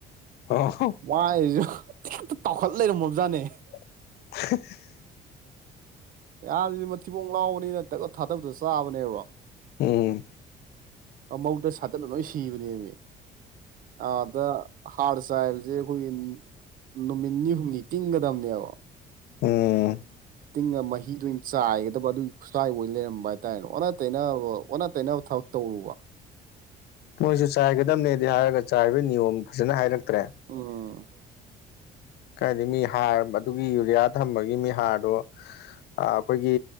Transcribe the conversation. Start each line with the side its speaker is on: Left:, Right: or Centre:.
Left: ꯑꯣ
Right: ꯋꯥꯏꯖꯨ ꯇꯤꯈꯠꯇ ꯇꯥꯎꯈꯠ ꯂꯩꯔꯝ ꯃꯝꯖꯥꯠꯅꯦ
Left: <unintelligible>
Right: ꯌꯥꯝꯗꯤ ꯃꯊꯤꯕꯣꯡ ꯂꯥꯎꯕꯅꯤꯅ ꯇꯛ ꯂꯥꯎ ꯊꯥꯗꯕꯗ ꯆꯥꯕꯅꯦꯕ
Left: ꯎꯝ
Right: ꯃꯕꯨꯛꯇꯣ ꯁꯥꯏꯗꯠꯂ ꯂꯣꯏ ꯁꯤ ꯀꯤꯕꯅꯦꯃꯦ ꯑꯗꯥ ꯍꯥꯔ ꯆꯥꯏꯕꯖꯦ ꯑꯩꯈꯣꯏꯒꯤ ꯅꯨꯃꯤꯠ ꯅꯤꯅꯤ ꯍꯨꯝꯅꯤ ꯇꯤꯡꯒꯗꯕꯅꯦꯕ
Left: ꯎꯝ
Right: ꯇꯤꯡꯒ ꯃꯍꯤꯗꯨꯏ ꯑꯣꯏꯅ ꯆꯥꯏꯒꯗꯕ ꯑꯗꯨꯒꯤ ꯈꯨꯠꯁꯥꯏ ꯑꯣꯏ ꯂꯩꯔꯝꯕ ꯍꯥꯏꯇꯥꯔꯦꯅꯦ ꯑꯣꯟꯅ ꯇꯩꯅꯕ ꯑꯣꯟꯅ ꯇꯩꯅꯕ ꯊꯕꯛ ꯇꯧꯔꯨꯕ
Left: ꯃꯣꯏꯖꯨ ꯆꯥꯏꯒꯗꯝꯅꯦꯗꯤ ꯍꯥꯏꯔꯒ ꯆꯥꯏꯕꯒꯤ ꯅꯤꯌꯣꯝ ꯐꯥꯖꯅ ꯍꯥꯏꯔꯛꯇ꯭ꯔꯦ
Right: ꯎꯝ
Left: ꯀꯥꯏꯗꯩ ꯃꯤ ꯍꯥꯔ ꯑꯗꯨꯒꯤ ꯌꯨꯔꯤꯌꯥ ꯊꯝꯕꯒꯤ ꯃꯤ ꯍꯥꯔꯗꯣ ꯑꯥ ꯑꯩꯈꯣꯏꯒꯤ